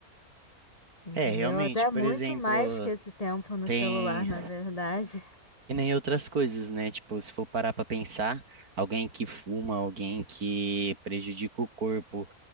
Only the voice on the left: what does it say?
entendeu?
Até
muito
mais que esse tempo no
celular, na verdade. <laughs>